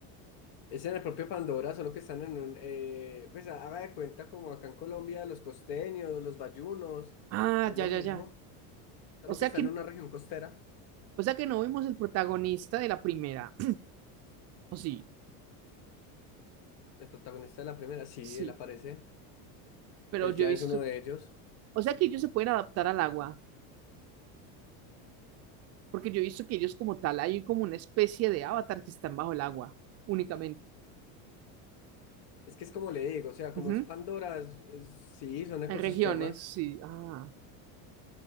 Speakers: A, on the left (about 55°); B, on the right (about 35°).
A: Es en el propio Pandora, solo que están en un, eh, pues haga de cuenta como acá en Colombia, los costeños, los bayunos,
B: Ah,
A: es
B: ya,
A: lo
B: ya,
A: mismo,
B: ya.
A: solo
B: O sea
A: que están
B: que,
A: en una región costera.
B: o sea que no vimos el protagonista de la primera. <clears throat> O sí,
A: El protagonista de la primera, sí,
B: sí.
A: él aparece,
B: Pero
A: él
B: yo
A: ya
B: he visto,
A: es uno de ellos.
B: O sea que ellos se pueden adaptar al agua, porque yo he visto que ellos como tal hay como una especie de avatar que están bajo el agua únicamente.
A: Es que es como le digo, o sea, como
B: Ujú.
A: es Pandora, es- es- sí, son ecosistemas,
B: Hay regiones, sí. Ah,